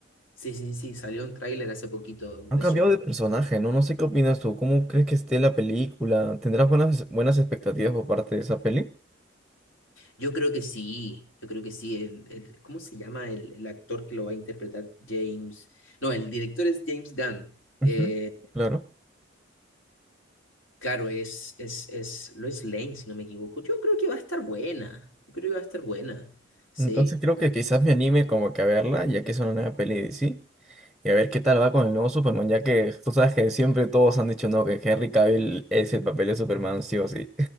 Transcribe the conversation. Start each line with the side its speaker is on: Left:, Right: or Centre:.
Left: sí, sí, sí, salió un tráiler hace poquito
Centre: Han
Left: de
Centre: cambiado
Left: Superman.
Centre: de personaje, ¿no? No sé qué opinas tú. ¿Cómo crees que esté la película? ¿Tendrás buenas, buenas expectativas por parte de esa peli?
Left: Yo creo que sí, yo creo que sí. El, el- ¿cómo se llama el, el actor que lo va a interpretar? James. No, el director es James Gunn.
Centre: Ujú.
Left: Eh,
Centre: Claro.
Left: Claro, es, es, es Lois Lane, si no me equivoco. Yo creo que va a estar buena. Yo creo que va a estar buena. Sí,
Centre: Entonces creo que quizás me anime como que a verla, ya que es una nueva peli de DC. Y a ver qué tal va con el nuevo Superman, ya que tú sabes que siempre todos han dicho no, que Henry Cavill es el papel de Superman, sí o sí.